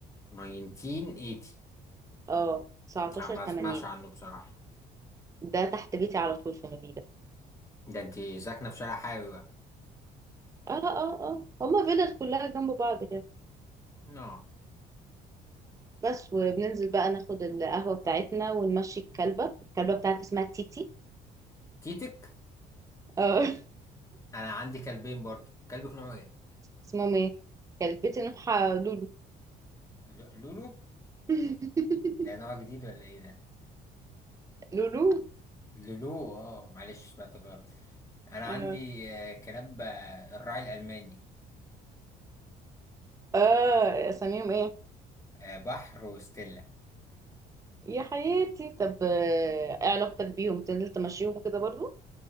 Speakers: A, on the left; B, on the right.
A: 1980
B: اه 19
A: لا، ما
B: 80
A: اسمعش عنه بصراحه
B: ده تحت بيتي على طول في مبيدة
A: ده انت ساكنه في شارع حيوي بقى
B: اه اه اه هما فيلل كلها جنب بعض كده
A: اه
B: بس وبننزل بقى ناخد القهوة بتاعتنا ونمشي الكلبة الكلبة بتاعتي اسمها تيتي
A: تيتك
B: اه <laughs>
A: انا عندي كلبين برضو كلبك نوعه ايه
B: اسمهم ايه كلبتي نوحة لولو
A: ل- لولو
B: <laughs>
A: ده نوع جديد ولا ايه ده
B: لولو
A: لولو اه معلش سمعت غلط انا عندي
B: اه
A: آه، كلاب آه، الراعي الالماني
B: آه، اساميهم ايه
A: آه، بحر وستيلا
B: يا حياتي طب آه، ايه علاقتك بيهم تنزل تمشيهم وكده برضو